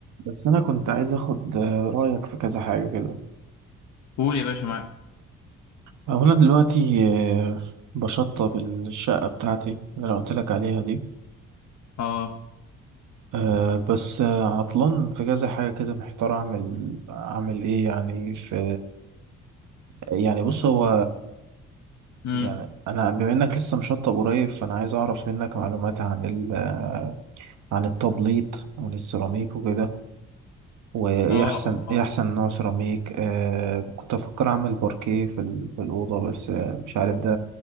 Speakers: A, on the right; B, on the left.
A: بس أنا كنت عايز أخد آه، رأيك في كذا حاجة كده
B: قول يا باشا معاك
A: هو أنا دلوقتي آه، بشطب الشقة بتاعتي اللي أنا قلت لك عليها دي
B: اه
A: آه، بس آه، عطلان في كذا حاجة كده محتار أعمل أعمل إيه يعني في يعني بص هو
B: امم
A: يعني أنا بما إنك لسه مشطب قريب فأنا عايز أعرف منك معلومات عن ال آه، عن التبليط وعن السيراميك وكده وايه
B: اه اه
A: احسن
B: اه
A: ايه احسن نوع سيراميك آه كنت افكر اعمل باركيه في, ال... في الاوضه بس آه مش عارف ده